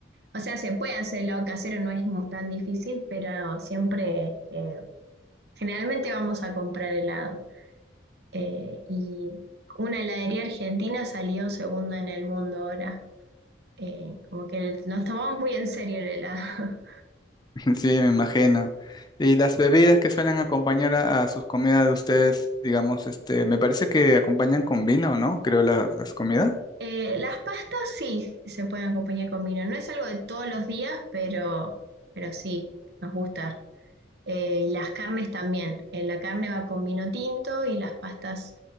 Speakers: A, on the right; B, on the left.
A: o sea, se puede hacer helado casero, no es mu- tan difícil, pero siempre, eh, generalmente vamos a comprar helado. Eh, y una heladería argentina salió segunda en el mundo ahora. Eh, como que el- nos tomamos muy en serio el helado. <laughs>
B: Sí, me imagino. Y las bebidas que suelen acompañar a, a sus comidas de ustedes, digamos, este, me parece que acompañan con vino, ¿no? Creo las, las comidas.
A: Eh, las pastas sí se pueden acompañar con vino. No es algo de todos los días, pero, pero sí, nos gusta. Eh, y las carnes también. Eh, la carne va con vino tinto y las pastas